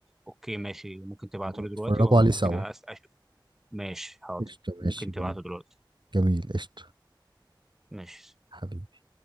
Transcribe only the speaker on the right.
اتفرجوا
عليه سوا
قشطة
ماشي جميل
جميل قشطة
حبيبي